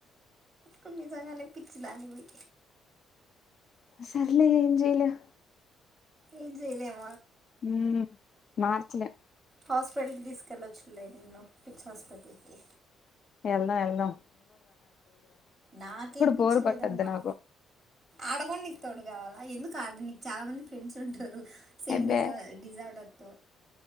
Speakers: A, in the centre; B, on the left.
A: నువ్వు నిజంగానే పిచ్చిదానివి
B: సర్లే ఏం చేయలేం
A: ఏం చేయలేం
B: ఉమ్ మార్చలేం
A: హాస్పిటల్కి తీసుకెల్లొచ్చు లే నిన్ను పిచ్చి హాస్పిటల్కి
B: ఎల్దాం ఎల్దాం
A: నాకేం పిచ్చిలేదమ్మా
B: బోరు కొట్టద్దు నాకు
A: ఆడకూడ నీకు తోడు కావాలా ఎందుకు అడ నీకు చాలా మంది ఫ్రెండ్స్ ఉంటారు సేమ్
B: అబ్బే
A: డిజ డిసార్డర్ తో